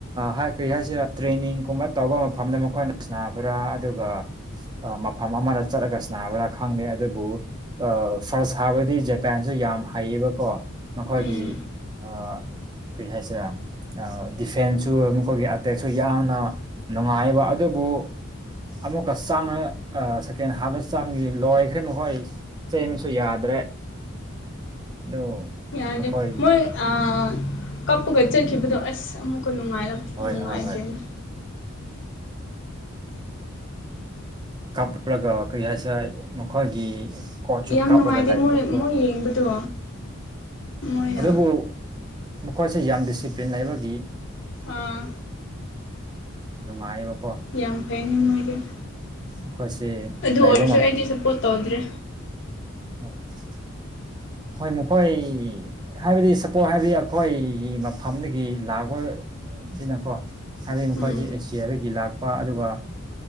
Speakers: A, on the right; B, on the left.
A: ꯍꯥꯏ ꯀꯔꯤ ꯍꯥꯏꯁꯤꯔ ꯇ꯭ꯔꯦꯟ ꯅꯤꯡꯒꯨꯝꯕ ꯇꯧꯕ ꯃꯐꯝꯗ ꯃꯈꯣꯏꯅ ꯁꯕ꯭ꯔꯥ ꯑꯗꯨꯒ ꯃꯐꯝ ꯑꯃꯗ ꯆꯠꯂꯒ ꯁꯅꯥꯕ꯭ꯔꯥ ꯈꯪꯗꯦ ꯑꯗꯨꯕꯨ ꯑ ꯐꯥꯔꯁ ꯁꯥꯕꯗꯤ ꯖꯄꯥꯟꯁꯨ ꯌꯥꯝ ꯍꯩꯌꯦꯕꯀꯣ ꯃꯈꯣꯏꯒꯤ
B: ꯎꯝ
A: ꯑꯥ ꯀꯩ ꯍꯥꯏꯁꯔꯦ ꯗꯤꯐꯦꯟꯁꯁꯨ ꯃꯈꯣꯏꯒꯤ ꯑꯇꯦꯛꯁꯨ ꯌꯥꯝꯅ ꯅꯨꯡꯉꯥꯏꯕ ꯑꯗꯨꯕꯨ ꯑꯣ ꯑꯃꯨꯛꯀ ꯆꯥꯡꯅ ꯁꯦꯀꯦꯟ ꯍꯥꯞꯇ ꯆꯥꯡꯉ ꯂꯣꯏꯈ꯭ꯔꯦ ꯃꯈꯣꯏ ꯁꯨ ꯌꯥꯗ꯭ꯔꯦ ꯑꯗꯨ
B: ꯌꯥꯗꯦ
A: ꯃꯈꯣꯏ
B: ꯃꯣꯏ ꯑꯥ ꯀꯞꯄꯒ ꯆꯠꯈꯤꯕꯗꯣ ꯑꯁ ꯑꯃꯨꯛꯀ
A: ꯍꯣꯏ
B: ꯅꯨꯡꯉꯥꯏꯗ꯭ꯔꯦꯅꯦ
A: ꯍꯣꯏ ꯍꯣꯏ ꯀꯥꯞꯂꯒ ꯀꯔꯤ ꯍꯥꯏꯁꯦꯔꯥ ꯃꯈꯣꯏꯒꯤ ꯀꯣꯠꯁꯨ
B: ꯌꯥꯝ
A: ꯀꯥꯞꯂꯒ
B: ꯅꯨꯡꯉꯥꯏꯇꯦ
A: ꯂꯩꯌꯦꯕꯀꯣ
B: ꯃꯣꯏ ꯃꯣꯏ
A: ꯎ
B: ꯌꯦꯡꯕꯗꯣ ꯃꯣꯏꯅ
A: ꯑꯗꯨꯕꯨ ꯃꯈꯣꯏꯁꯦ ꯌꯥꯝ ꯗꯤꯁꯤꯄ꯭ꯂꯤꯟꯕꯒꯤ
B: ꯑꯥ
A: ꯅꯨꯡꯉꯥꯏꯌꯣ
B: ꯌꯥꯝ ꯐꯩꯅꯦ ꯃꯣꯏꯗꯤ
A: ꯃꯈꯣꯏꯁꯦ
B: ꯑꯗꯨ
A: ꯂꯩꯕ
B: ꯑꯣꯏꯔꯁꯨ ꯑꯩꯗꯤ ꯁꯞꯄꯣꯔꯠ ꯇꯧꯗ꯭ꯔꯦ
A: ꯑ <inaudible> ꯍꯣꯏ ꯃꯈꯣꯏ ꯍꯥꯏꯕꯗꯤ ꯁꯄꯣꯠ ꯍꯥꯏꯕꯗꯤ ꯑꯩꯈꯣꯏꯒꯤ ꯃꯐꯝꯗꯒꯤ ꯂꯥꯛꯄ ꯑꯁꯤꯀꯣ ꯍꯥꯏꯕꯗꯤ ꯃꯈꯣꯏꯁꯤ
B: ꯎꯝ
A: ꯑꯦ ꯁꯤꯗꯒꯤ ꯂꯥꯛꯄ ꯑꯗꯨꯒ